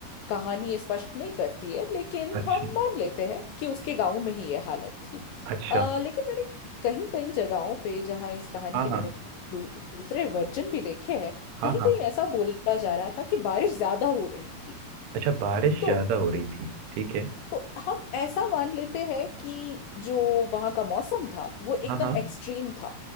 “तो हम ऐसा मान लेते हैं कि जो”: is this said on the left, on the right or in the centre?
Left